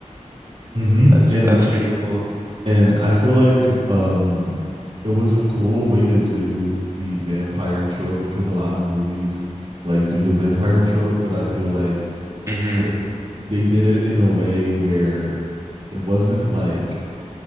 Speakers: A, on the right; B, on the right.
A: Mm-hmm.
B: That's
A: And
B: that's pretty cool.
A: and I feel like um it was a cool way to do the vampire trope because a lot of movies like do the vampire trope, but I feel like
B: hmm
A: th- they did it in a way where it wasn't like